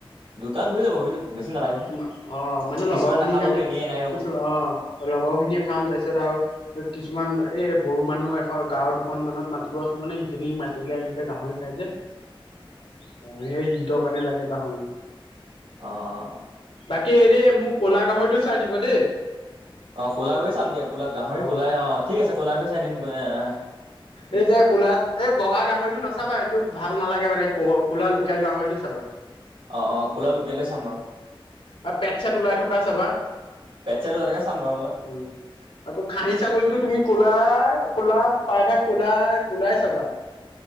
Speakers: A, on the right (about 70°); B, on the left (about 80°).
A: দুটাত হৈ যাব হৈ যাব বেছি নালাগে
B: অঁ
A: নহয়
B: তোমাৰ অঁ, মানে
A: কিছুমান
B: লগৰ খিনিৰ
A: নাখাবগৈ
B: কাৰণে।
A: এনেই এনাই হ'ব
B: কিছু
A: অ
B: অঁ লগৰ খিনিয়ে খাম। তাৰপিছত আওঁ কিছুমান এই বড়ো মানুহ এঘৰ, গাঁৱৰ দুখন মানত মাতিব আছে মানে সেইখিনি মাতিলে এইখিনিতে গা। গাহৰি খাই যে। অঁ সেই সিটৰ কাৰণে লাগে গাহৰি।
A: অঁ।
B: বাকী এ দে মোক ক'লা গাহৰিটো চাই দিব দেই।
A: অঁ ক'লা গাহৰি চাম দিয়া। ক'লা গাহৰি
B: অ
A: ক'লাই অঁ। ঠিক আছে ক'লা গাহৈ চাই দিম। এহ এ।
B: এ যে কোলা এই বগা গাহৰিটো নাচাবা সেইটো। ভাল নালাগে মানে কোলা লোকেল গাহৰিটো চাবা।
A: অ অ ক'লা লোকেলে চাম বাৰু
B: অঁ পেট চেট ওলাই থকা চাবা।
A: পেট চেট ওলালেকে চাম বাৰু মই
B: উম। আকৌ খাহী ছাগলীটো তুমি কলা। ৰ ক'লা পায়ভাগ কোলাৰ কোলাই চাবা।